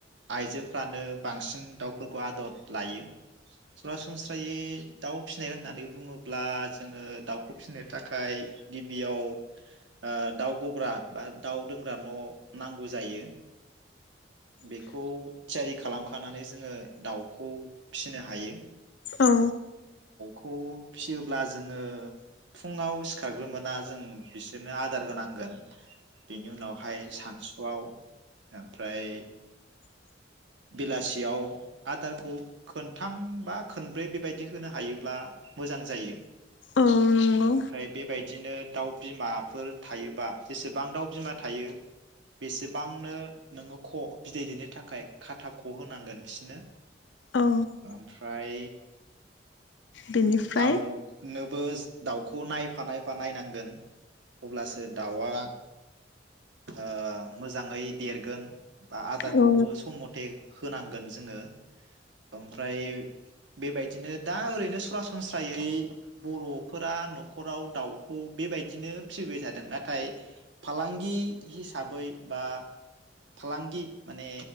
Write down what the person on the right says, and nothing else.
आइजो फ्रानो बांसिन दाउफोरखौ आदर लायो सरासनस्रायै दाउ फिसिनाय होननानै बुङोब्ला जोङो दाउखौ फिनो थाखाय गिबियाव ओ दाउ गग्रा बा दाउ दोनग्रा न नांगौ जायो। बेखौ थियारि खालाम खांनानै जोङो दाउखौ फिसिनो हायो।
खौ फिसियोब्ला जोङो फुङाव सिखारग्रोमोना जों बिसोरनो आदार होनांगोन बेनि उनावहाय सानसुआव ओमफ्राय बेलासियाव आदारखौ खोनथाम बा खोनब्रै बेबायदि होनो हायोब्ला मोजां जायो।
ओमफ्राय बेबायदिनो दाउ बिमाफोर थायोबा जेसेबां दाउ बिमा थायो बेसेबांनो नोङो ख बिदै दैनो थाखाय खाथा ख होनांगोन बिसोरनो
ओमफ्राय
दाउ नोब बो दाउखौ नायफा नायफा नायनांगोन अब्लासो दाउआ ओ मोजाङै देरगोन। बा आदाखौबो
सम मथे होनांगोन जोङो ओमफ्राय बेबायदिनो दा ओरैनो सरासनस्रायै बरफोरा नखराव दाउखौ बेबायदिनो फिसिबाय थादों नाथाय फालांगि हिसाबै बा फालांगि माने